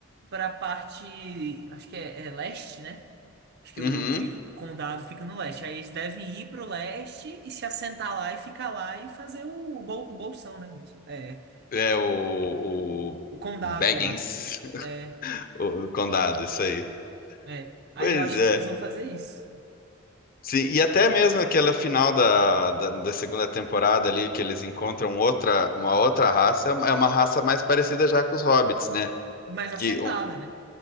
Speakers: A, on the right; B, on the left.
A: pra parte, acho que é, é leste, né? Acho que
B: Uhum.
A: o, que o condado fica no leste. Aí eles devem ir pro leste e se assentar lá e ficar lá e fazer o, bol, o bolsão, né? Bolsa- É,
B: É o,
A: o,
B: o
A: o condado
B: Baggins,
A: lá.
B: <laughs>
A: É,
B: o condado, isso aí.
A: é. Aí
B: Pois
A: eu acho
B: é.
A: que eles vão fazer isso.
B: Sim, e até mesmo aquela final da, da, da segunda temporada ali, que eles encontram outra, uma outra raça, é uma é uma raça mais parecida já com os hobbits, né?
A: Mas
B: Que
A: assentada,
B: um,
A: né?